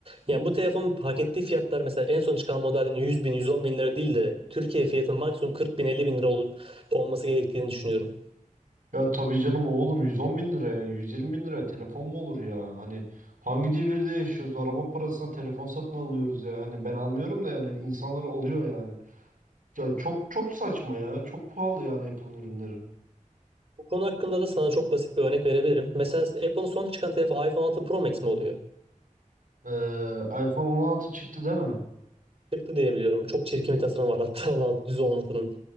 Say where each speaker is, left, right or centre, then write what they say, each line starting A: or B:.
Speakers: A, on the right; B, on the right.
A: Yani bu telefonun hak ettiği fiyatlar mesela en son çıkan modelin 100 bin, 110 bin lira değil de Türkiye fiyatının maksimum 40 bin, 50 bin lira ol- olması gerektiğini düşünüyorum.
B: Ya tabii canım oğlum 110 bin liraya 120 bin liraya telefon mu olur ya? Hani hangi devirde yaşıyoruz? Araba parasına telefon satın alıyoruz ya. Hani ben almıyorum da yani insanlar alıyor yani. Ya çok çok saçma ya. Çok pahalı yani Apple'ın ürünleri.
A: Bu konu hakkında da sana çok basit bir örnek verebilirim. Mesela Apple'ın son çıkan telefonu iPhone 6 Pro Max mi oluyor?
B: Ee, iPhone 16 çıktı değil mi?
A: Çıktı diye biliyorum. Çok çirkin bir tasarım var hatta 16, 116'nın.